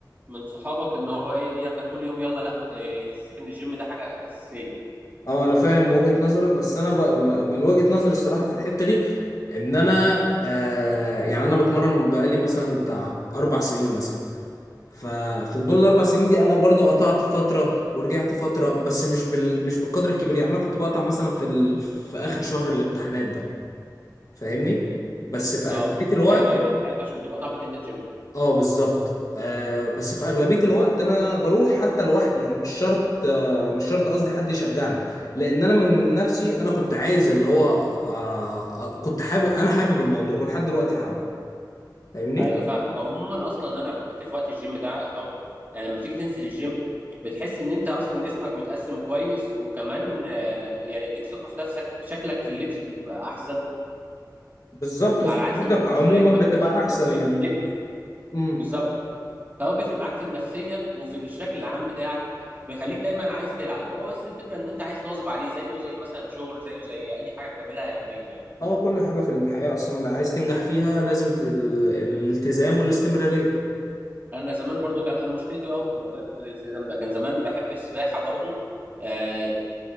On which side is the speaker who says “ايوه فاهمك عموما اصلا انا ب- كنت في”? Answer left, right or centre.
Right